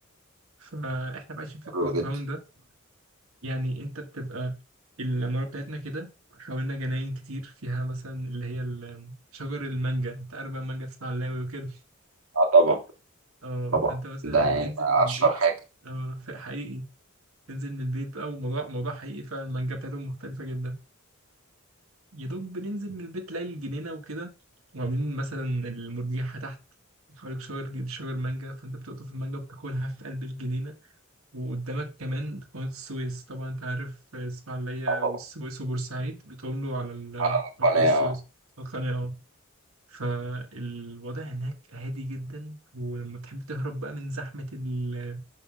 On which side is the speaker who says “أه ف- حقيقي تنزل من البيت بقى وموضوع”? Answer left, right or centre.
Right